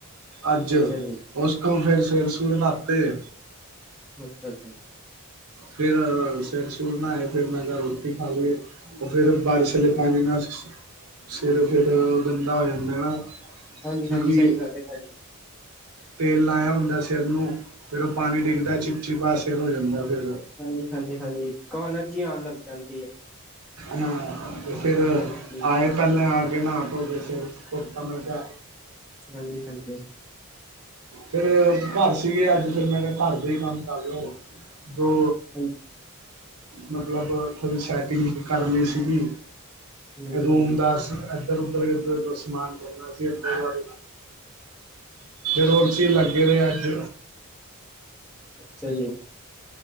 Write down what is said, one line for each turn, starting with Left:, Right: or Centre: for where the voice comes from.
Right: ਅੱਜ,
Centre: ਅੱਛਾ ਜੀ,
Right: ਉਸ ਤੋਂ ਫੇਰ ਸਿਰ- ਸੁਰ ਨਾਤੇ।
Centre: ਅੱਛਾ ਅੱਛਾ
Right: ਫੇਿਰ ਸਿਰ ਸੁਰ ਨਾ ਹੈ ਫਿਰ ਮੈਂ ਕਿਹਾ ਰੋਟੀ ਖਾ ਲਈਏ ਉਹ ਫੇਿਰ ਬਾਰਿਸ਼
Centre: ਅੱਛਾ
Right: ਹੱਲੇ
Centre: ਜੀ।
Right: ਪਾਣੀ ਨਾ ਸਿਰ ਫਿਰ ਗੰਦਾ ਹੋ ਜਾਂਦਾ ਹਨ ਨਾ
Centre: ਹਾਂਜੀ-ਹਾਂਜੀ
Right: ਕਿਉਂਕਿ
Centre: ਸਹੀ ਗੱਲ ਹੈ ਭਾਜੀ,
Right: ਤੇਲ ਲਾਇਆ ਹੁੰਦਾ ਸਿਰ ਨੂੰ ਫਿਰ ਉਹ ਪਾਣੀ ਡਿੱਗਦਾ ਚਿਪਚਿਪਾ ਸਿਰ ਹੋ ਜਾਂਦਾ ਫਿਰ
Centre: ਹਾਂਜੀ ਹਾਂਜੀ ਹਾਂਜੀ ਕਨਰਜੀੀ ਆਉਣ ਲੱਗ ਜਾਂਦੀ ਹੈ
Right: ਹਾਂ ਤੇ ਫਿਰ
Centre: ਹਾਂਜੀ-ਹਾਂਜੀ,
Right: ਆਏ ਪਹਿਲੇ ਆ ਕੇ ਨਾਟੋ ਜਸੇ ਕੁਤਾ ਮੈਂ ਕਿਹਾ
Centre: ਹਾਂਜੀ ਹਾਂਜੀ
Right: ਫੇਿਰ ਘਰ ਸੀਗੇ ਅੱਜ ਫ ਮੈਂ ਕਿਹਾ ਘਰ ਦਾ ਹੀ ਕੰਮ ਕਰ ਲ ਜੋ
Centre: ਹਾਂਜੀ
Right: ਮਤਲਬ ਥੋੜ੍ਹੀ ਸੈਟਿੰਗ ਕਰਨੀ ਸੀਗੀ
Centre: ਹਾਂਜੀ-ਹਾਂਜੀ,
Right: ਰੋਮਦਾਸ ਇੱਧਰ ਉਧਰ ਇਧਰ ਸਮਾਨ ਕਰਨਾ ਸੀ ਇਧਰਧ ਫੋਰ ਚੀਜ਼ ਲੱਗੇ ਰਹੇ ਅੱਜ
Centre: ਅੱਛਾਹੀ ਹੈ